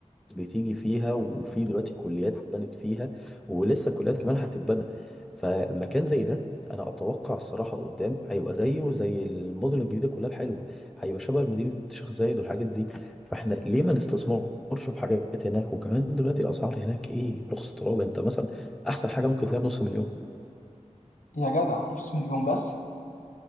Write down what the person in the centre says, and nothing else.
بتيجي فيها وفي دلوقتي كليات اتبنت فيها ولسه كليات كمان هتتبنى فمكان زي ده انا اتوقع الصراحة قدام هيبقى زيه زي المدن الجديدة كلها الحلوة هيبقى شبه مدينة الشيخ زايد والحاجات دي فاحنا ليه ما نستثمرش في حاجات هناك وكمان دلوقتي الاسعار هناك ايه رخص تراب انت مثلا احسن حاجة ممكن تلاقيها بنص مليون